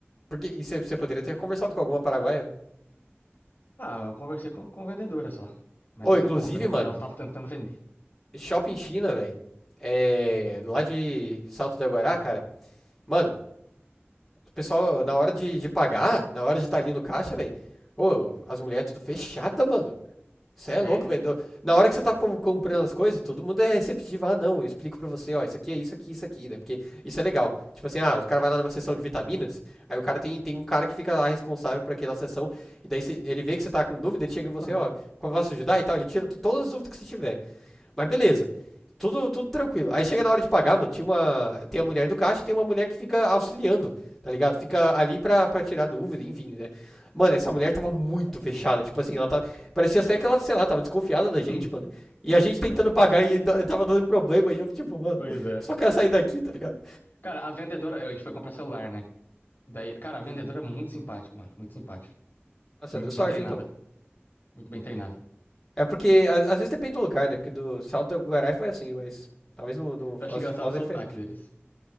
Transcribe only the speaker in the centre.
Porque e você você poderia ter conversado com alguma paraguaia, né?
Ou,
inclusive,
mano,
shopping China, velho. É, lá de Salto do Guará, cara. Mano, o pessoal, na hora de, de pagar, na hora de estar ali no caixa, velho. Ô, as mulheres tudo fechada, mano. Você é louco,
velho. Na hora que você tá com- comprando as coisas, todo mundo é receptivo. Ah, não, eu explico pra você, ó, isso aqui é isso aqui, isso aqui, né? Porque isso é legal. Tipo assim, ah, o cara vai lá numa sessão de vitaminas, aí o cara tem, tem um cara que fica lá responsável por aquela sessão, e daí você- ele vê que você tá com dúvida, ele chega em você,
ó, como eu posso ajudar e tal, ele tira tu- todas as dúvidas que você tiver. Mas beleza. Tudo, tudo tranquilo. Aí chega na hora de pagar, mano. Tinha uma, tem a mulher do caixa e tem uma mulher que fica auxiliando, tá ligado? Fica ali pra, pra tirar dúvida, enfim, né? Mano, essa mulher tava muito fechada. Tipo assim, ela tava. Parecia até que ela, sei lá, tava desconfiada da gente,
mano. E a gente tentando pagar e da- tava dando problema. E eu, tipo, mano,
<laughs>
só quero sair daqui, tá ligado?
Hum.
Nossa,
deu sorte
então.
É porque, a- às vezes depende do lugar, né? Porque do Salto do Guarai foi assim, mas talvez no, no Foz,
Foz
é diferente.